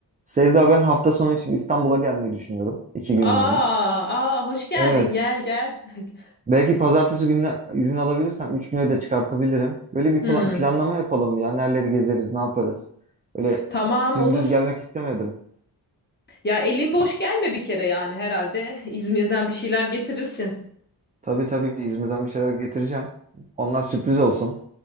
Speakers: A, on the right; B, on the left.
A: Sevda ben hafta sonu için İstanbul'a gelmeyi düşünüyorum. iki günlüğüne.
B: Aa, aa, hoş geldin
A: Evet.
B: gel gel. <laughs>
A: Belki pazartesi gününe izin alabilirsem üç güne de çıkartabilirim. Böyle bir
B: Hmm,
A: pla- planlama yapalım ya. Nereleri gezeriz, ne yaparız. Böyle
B: tamam
A: dümdüz
B: olur.
A: gelmek istemedim.
B: Ya elin boş
A: Ha,
B: gelme bir kere yani herhalde <laughs> İzmir'den bir şeyler getirirsin.
A: tabii tabii İzmir'den bir şeyler getireceğim. Onlar sürpriz olsun.